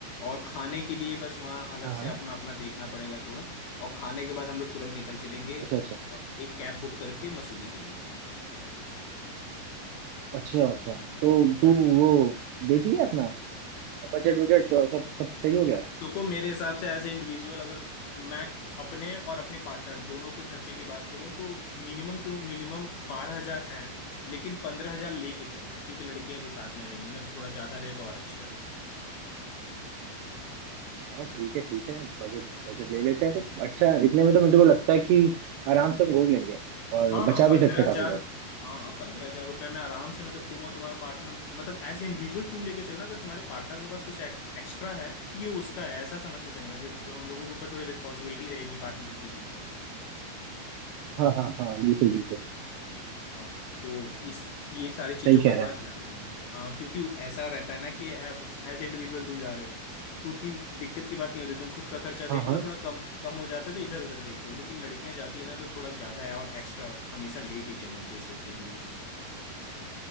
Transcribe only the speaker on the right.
हाँ हाँ।
अच्छा अच्छा
अच्छा अच्छा तो तू
वो देख लिया अपना बजट बजट सब सब सही हो गया
हाँ ठीक है ठीक है बजट बजट ले लेते हैं फिर अच्छा इतने में तो मुझे को लगता है कि आराम से हम घूम लेंगे और
बचा
भी सकते हैं
काफी पैसे
हाँ हाँ हाँ बिल्कुल बिल्कुल
सही
कह
रहा
है
हाँ
हाँ